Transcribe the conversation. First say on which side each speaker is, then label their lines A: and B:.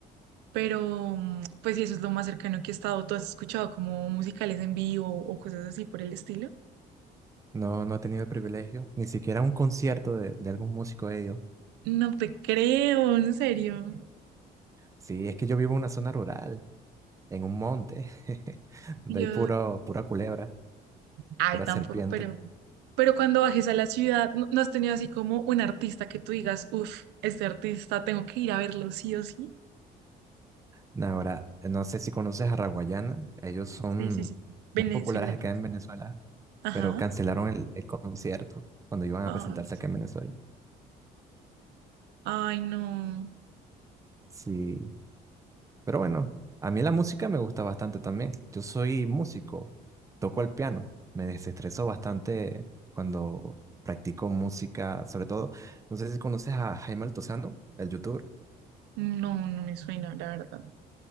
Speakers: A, on the right; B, on the right.
A: Pero mm, pues sí, eso es lo más cercano que he estado. ¿Tú has escuchado como musicales en vivo o cosas así por el estilo?
B: No, no he tenido el privilegio, ni siquiera a un concierto de, de algún músico he ido.
A: No te creo, en serio.
B: Sí, es que yo vivo en una zona rural, en un monte, <laughs> de
A: Yo,
B: ahí puro, pura culebra,
A: ay,
B: pura
A: tampoco,
B: serpiente.
A: pero, pero cuando bajes a la ciudad, ¿no, no has tenido así como un artista que tú digas, uff, este artista tengo que ir a verlo sí o sí?
B: Nah, Ahora, no sé si conoces a Raguayana, ellos son
A: Sí, sí, sí. Venezolano.
B: muy populares acá en Venezuela,
A: Ajá.
B: pero cancelaron el, el concierto cuando iban a
A: Ay,
B: presentarse acá en Venezuela.
A: ay, no.
B: Sí. Pero bueno, a mí la música me gusta bastante también. Yo soy músico, toco el piano, me desestreso bastante cuando practico música, sobre todo, no sé si conoces a Jaime Altozano, el youtuber.
A: No, no me suena, la verdad.